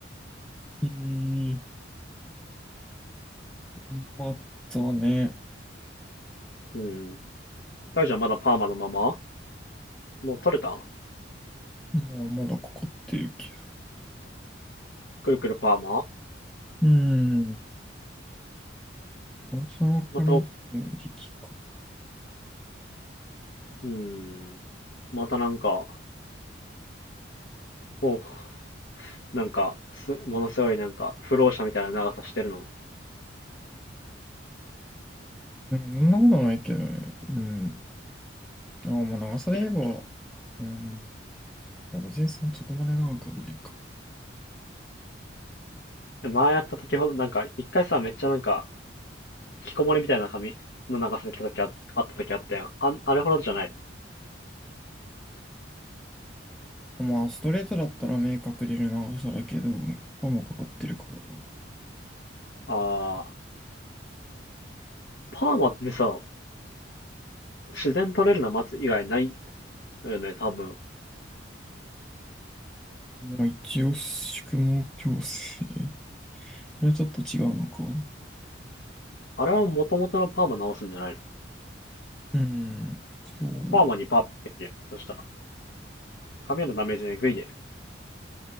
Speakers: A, in the centre; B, on the left.
A: うーん、頑張ったね。
B: うん。大丈夫まだパーマのままもう取れた
A: もうまだかかってるけど。
B: くるくるパーマ
A: うーん、その髪切る時期か。
B: また、うーん。またなんか、ほう、なんか、す、ものすごいなんか、不老者みたいな長さしてるの。
A: うん、そんなことないけどね。うん。ああ、もう長さで言えば、
B: い
A: うん。いや、別にそ、そこまで長くはないか。
B: や、前やった時ほど、なんか、一回さ、めっちゃなんか、引きこもりみたいな髪の長さで来た時あ、あった時あったやん。あ、あれほどじゃない。
A: まあ、ストレートだったら明確でる長さだけど、パンもかかってるから。
B: あー、パーマってさ、自然取れるの待つ以外ないのよね、多分。
A: まあ、一応、宿毛矯正。<laughs> それはちょっと違うのか。
B: あれは元々のパーマ直すんじゃないの
A: うん、そう、
B: パーマにパーマってやん。そしたら、髪へのダメージえぐいで。